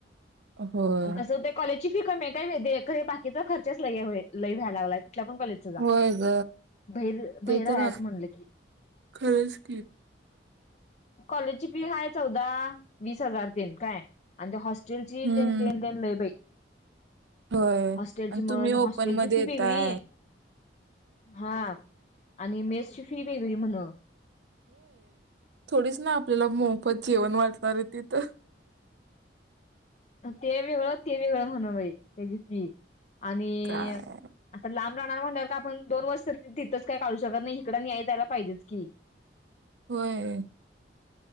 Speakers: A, on the right; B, on the left.
A: होय
B: आणि कसं होत कॉलेज कमी आहे, कायरे बाकीचा खर्च ल लई व्याय लागलाय. कुठल्या पण कॉलेजचा जा
A: होय ग
B: बाहेर
A: ते
B: बाहेर
A: तर
B: राहायचं म्हणलं की
A: खरंच की
B: कॉलेजची फी हाय चौदा वीस हजार काय अन् ते होस्ट तेलची
A: हम्म
B: द तेनेन ल बाई.
A: होय
B: हॉस्टेलची
A: आणि
B: म्हण
A: तुम्ही ओपन
B: हॉस्टेलची
A: मध्ये
B: फी
A: यताय.
B: वेगळी हा आणि मेसची फी वेगळी म्हण
A: थोडीस ना आपल्याला मोग फत जेवण वाटलं रे तिथ
B: तेवे कळ तेवे कळ म्हण बाई तेजपी आणि
A: काय
B: आता लांब. णार म्ह आपण दोन वर्ष तर तिथंच काय काढू शकत नाही इकडं नाही्याय जायला पाहिजेच की
A: होय.